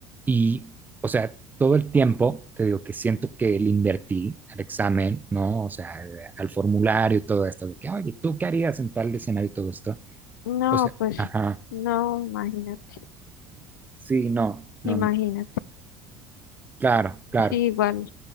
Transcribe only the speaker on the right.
Y, o sea, todo el tiempo, te digo, que siento que le invertí al examen, ¿no? O sea, al formulario y todo esto, de que, oye, ¿tú qué harías en tal escenario y todo esto?
O sea,
ajá,
sí, no, no,
no. claro, claro,